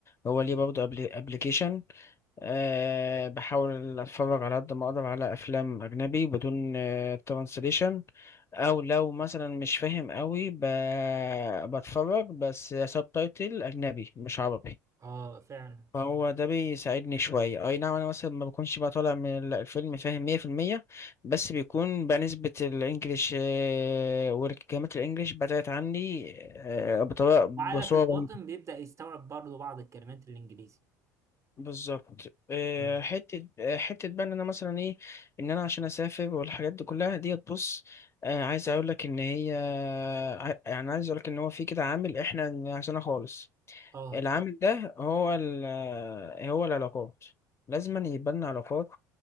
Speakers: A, on the left; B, on the right.
A: هو ليه برضه أبلي- ابليكيشن أه بحاول اتفرج على قد ما اقدر على افلام اجنبي بدون ترانسليشن او لو مثلا مش فاهم قوي ب... بتفرج بس سبتايتل اجنبي مش عربي
B: اه فعلا
A: فهو ده بيساعدني شوية أي نعم أنا مثلا ما بكونش بقى طالع من ال- الفيلم فاهم مية في المية بس بيكون بقى نسبة الإنجليش آه، والكلمات الإنجليش بدأت عني آه، بطريقة بصورة
B: وعقلك الباطن بيبدا يستوعب برضو بعض الكلمات الانجليزي
A: بالظبط آه،
B: تمام.
A: حتة آه، حتة بقى ان انا مثلا ايه ان انا عشان اسافر والحاجات دي كلها ديت بص آه، عايز اقول لك ان هي ع- يعني عايز اقول لك ان هو في كده عامل احنا نسيناه خالص
B: اه
A: العامل ده هو ال هو العلاقات لازم يبقى لنا علاقات